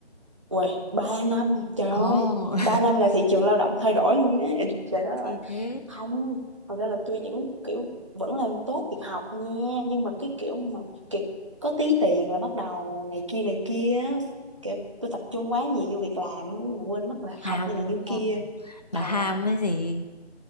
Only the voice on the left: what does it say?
Ồ, <laughs>
thì thế
hàm
đúng không
bà
hàm cái gì